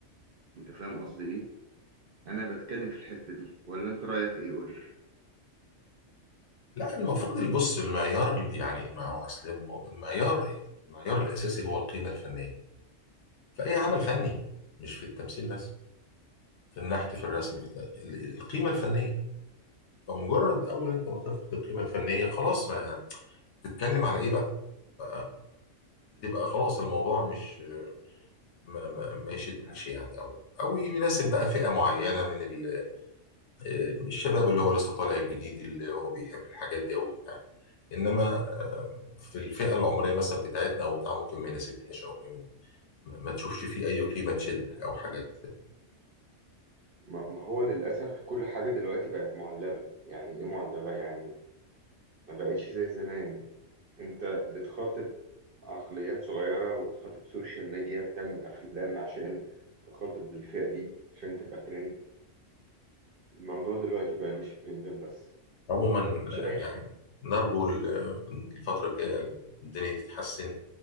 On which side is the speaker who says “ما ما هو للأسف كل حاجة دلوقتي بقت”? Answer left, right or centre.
Right